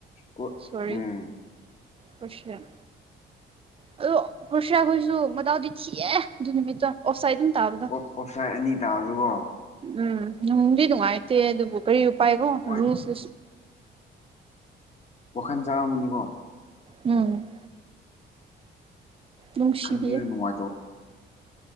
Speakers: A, on the left; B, on the right.
A: ꯀꯣ-
B: ꯁꯣꯔꯤ
A: ꯎꯝ
B: ꯀꯁꯌꯥꯦꯟ ꯑꯗꯣ ꯣꯁꯥꯈꯣꯏꯁꯨ ꯗꯥꯎꯗꯤ ꯊꯤꯑ ꯑꯗꯨ ꯅꯨꯃꯤꯠꯇꯣ ꯑꯣꯁꯥꯏ ꯑꯗꯨꯝ ꯇꯥꯔꯗ
A: ꯑꯣꯞ ꯑꯣꯞꯁꯥꯏꯠ ꯑꯅꯤ ꯇꯥ ꯑꯗꯨꯒꯣ
B: ꯎꯝ ꯅꯨꯡꯗꯤ ꯅꯨꯡꯉꯥꯏꯇꯦ ꯑꯗꯨꯕꯨ ꯀꯔꯤ ꯎꯄꯥꯏꯈꯣ
A: ꯍꯣꯏ
B: ꯔꯨꯁꯨ
A: ꯋꯥꯈꯜ ꯆꯥ ꯑꯃꯅꯤꯕꯣ
B: ꯎꯝ ꯅꯨꯡꯁꯤꯕꯤꯌꯦ
A: ꯈꯟꯕꯤꯔꯨ ꯅꯨꯡꯉꯥꯏꯇꯧ